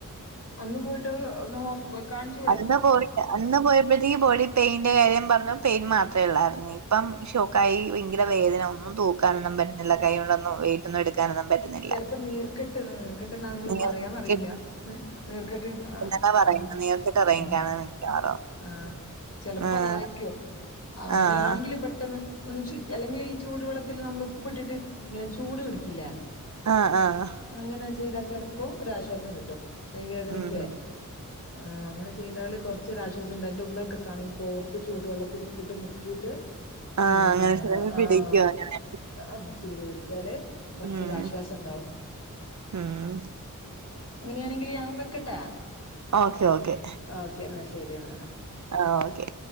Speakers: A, on the left; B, on the right.
A: ഒന്ന് പോയിട്ട് ഒന്ന് ഹോസ് കാ ൺച്ചു
B: അതിന്റെ ബോഡിഅന്ന് പോയപ്പോഴത്തേക്ക് ബോഡി പെയിന്റെ കാര്യം പറഞ്ഞു പെയിൻ മാത്രേ ള്ളായിരുന്ന്. ഇപ്പം ഷോ കൈ വയങ്കര വേദന ഒന്നും തൂക്കാനൊന്നും പറ്റുന്നില്ല. കയ്യോണ്ടൊന്നും വെയിറ്റ് ഒന്നും എടുക്ക ക്കാനൊന്നും പറ്റുന്നി
A: ചെലപ്പോ നീർക്കെട്ട് നീർക്കെട്ട് ന്നാ നിങ്ങള്
B: നീർക്കെ
A: പറയാന്നറിയില്ല. നീർക്കെട്ട് ആഹ്
B: അതാ പറയുന്ന്
A: ആഹ്
B: നീർക്കെട്ട് ഇറങ്ങിക്കാണും
A: ആണോ
B: മിക്കവാറും.
A: ആഹ് ചെലപ്പൊതായിരിക്കും.
B: ആഹ്
A: അങ്ങനെയാണെങ്കില്
B: ആഹ്
A: പെട്ടന്ന് ഒന്ന് ചൂ അല്ലെങ്കിൽ ഈ ചൂടുവെള്ളത്തിൽ നമ്മൾ ഉപ്പിട്ടിട്ട് ഇങ്ങനെ ചൂട് പിടിക്കില്ലേ
B: ആഹ് ആഹ് ആഹ്
A: അങ്ങനെ ചെയ്താ ചെലപ്പോ ഒരാശ്വാസം കിട്ടും കൈ വേദനക്കേ
B: ഉം
A: ആഹ് അങ്ങനെ ചെയ്താല് കൊറച്ച് യൊരു ആശ്വാസണ്ട് എന്റെ ഉമ്മയൊക്കെ കാണാ ഈ തോർത്ത് ചൂടുവെള്ളത്തില് ഉപ്പിട്ട് മുക്കിയിട്ട് പിന്നെ
B: ആഹ് അങ്ങനെ ചിലത് പിടിക്കും
A: ആഹ്
B: അങ്ങനെ
A: ആഹ് ചൂട് പിടിച്ചാല് കുറച്ച്
B: ഉം
A: ഒരു ആശ്വാസം ഇണ്ടാവും
B: ഉം
A: അങ്ങനെയാണെങ്കില് ഞാൻ വെക്കട്ടെ
B: ഓക്കെ ഓക്കെ
A: ഓക്കെ ഇന്നാ ശരി എന്നാ ആഹ്
B: ആഹ് ഓക്കെ